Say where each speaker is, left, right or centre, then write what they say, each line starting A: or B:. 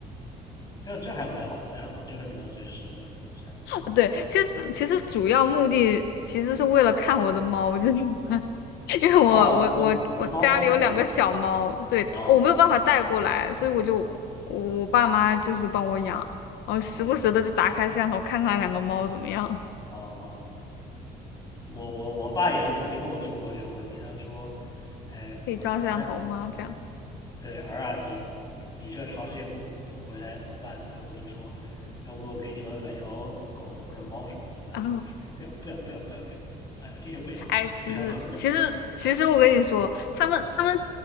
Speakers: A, on the left; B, on the left.
A: 这这还蛮好的，这还蛮好，就是你能随时关心一下。
B: <laughs> 对，其实其实主要目的其实是为了看我的猫，就是 <laughs> 因为我我我我家里有两个小猫，
A: 哦，你的你的猫猫在国内。
B: 对，
A: 哦
B: 我没有办法带过来，所以我就我我爸妈就是帮我养，
A: 哦
B: 然后时不时的就打开摄像头看看两个猫怎么样，
A: 哦哦哦，我我我爸也是曾经跟我说过这个问题，他就说，哎，
B: 可以装摄像头吗？
A: 儿
B: 这样
A: 对儿啊，你你这长时间不回不回来怎么办呢？然后我就说，要不给你们买条狗或者猫什么的。然后我爸说，
B: 啊。<laughs>
A: 不要不要不要不要不要，哎呀，坚决不要，
B: 哎，
A: <laughs>
B: 其实其实其实我跟你说，
A: 不要狗不要。
B: 他们他们